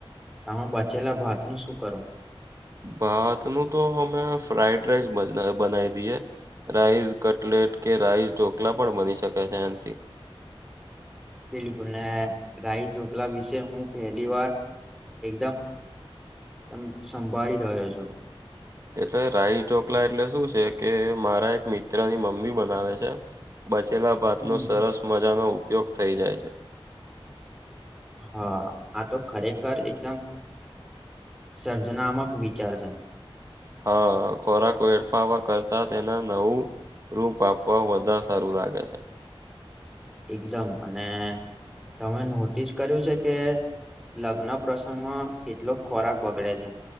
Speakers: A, in the centre; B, on the right (about 35°).
A: તમે બચેલા ભાત નું શું કરો
B: ભાતનું તો હમે ફ્રાઈડ રાઈસ બનાઈ દીએ. રાઈસ કટલેટ કે રાઈસ ઢોકલા પણ બની શકે છે એનાથી.
A: બિલકુલ અને રાઈસ ઢોકલા વિશે હું પહેલી વાર એકદમ એમ સંભાળી રહ્યો છું.
B: એટલે રાઇસ ઢોકલા એટલે શું છે કે મારા એક મિત્રની મમ્મી બનાવે છે. બચેલા ભાતનો
A: હમ
B: સરસ મજાનો ઉપયોગ થઈ જાય છે.
A: હા આ તો ખરેખર એકદમ સર્જનામક વિચાર છે.
B: હા ખોરાક વેડફાવા કરતા તેના નવુ રૂપ આપવા વધારે સારું લાગે છે.
A: એકદમ અને તમે નોટિસ કર્યું છે કે લગ્ન પ્રસંગમાં કેટલોક ખોરાક બગડે છે.